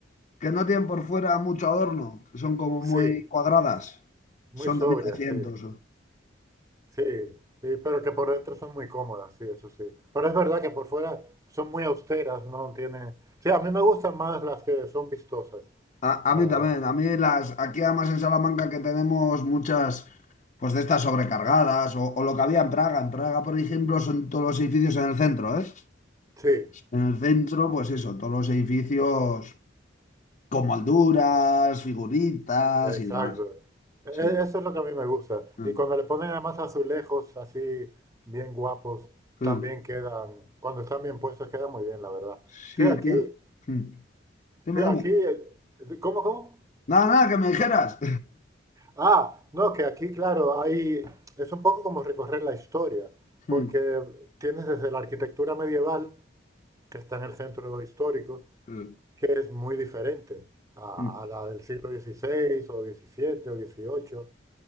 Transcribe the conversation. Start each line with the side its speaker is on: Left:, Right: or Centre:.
Left: que no tienen por fuera mucho adorno, que son como
Right: sí,
Left: muy cuadradas,
Right: muy
Left: son
Right: sobria,
Left: de mil novecientos.
Right: sí. Sí, sí, pero que por dentro son muy cómodas, sí, eso sí. Pero es verdad que por fuera son muy austeras, no tienen... Sí, a mí me gustan más las que son vistosas.
Left: A, a
Right: la-
Left: mí también,
Right: la-
Left: a mí las, aquí además en Salamanca que tenemos muchas, pues de estas sobrecargadas, o, o lo que había en Praga. En Praga, por ejemplo, son todos los edificios en el centro, ¿eh?
Right: Sí,
Left: En el centro, pues eso, todos los edificios con molduras, figuritas
Right: exacto.
Left: y demás.
Right: E-
Left: Sí.
Right: Eso es lo que a mí me gusta.
Left: Mm,
Right: Y cuando le ponen además azulejos así bien guapos,
Left: mm.
Right: también quedan, cuando están bien puestos, quedan muy bien, la verdad.
Left: Sí,
Right: Sí, aquí,
Left: tien- mm. Dime,
Right: sí, aquí,
Left: dime.
Right: eh, ¿cómo, cómo?
Left: Nada, nada, que me dijeras.
Right: Ah, no, que aquí, claro, hay, es un poco como recorrer la historia,
Left: <laughs>
Right: porque tienes desde la arquitectura medieval, que está en el centro histórico,
Left: Mm,
Right: que es muy diferente a,
Left: mm.
Right: a la del siglo XVI o XVII o XVIII,